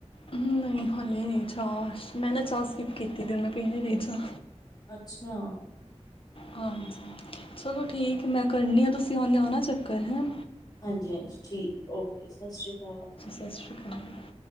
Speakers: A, on the left; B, on the left.
A: ਨਹੀਂ ਹਾਲੇ ਨਹੀਂ ਚਾਹ। ਮੈਂ ਨਾ ਚਾਹ ਸਕਿਪ ਕੀਤੀ ਤੇ ਮੈਂ ਪੀਨੀ ਰਹੀ ਚਾਹ।
B: ਅੱਛਾ।
A: ਹਾਂਜੀ, ਚਲੋ ਠੀਕ ਏ, ਮੈਂ ਕਰਨੀ ਆਂ ਤੁਹੀਂ ਆਹ ਲਿਆਣਾ ਚੱਕਰ ਹੈ।
B: ਹਾਂਜੀ-ਹਾਂਜੀ ਠੀਕ, ਓਕੇ, ਸਸਰੀ ਕਾਲ।
A: ਸਸਰੀ ਕਾਲ।